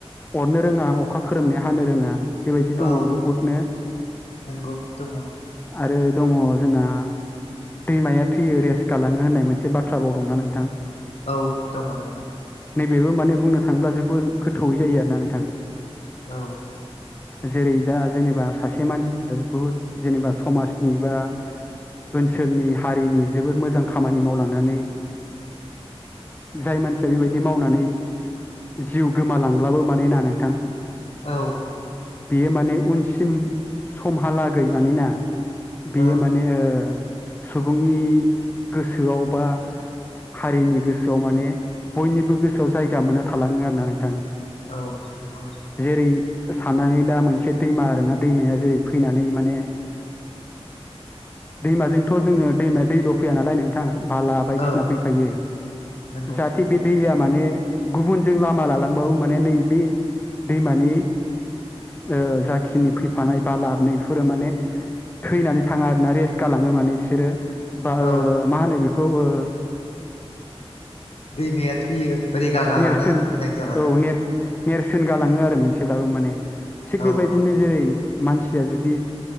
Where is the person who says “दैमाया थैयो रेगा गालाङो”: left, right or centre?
Left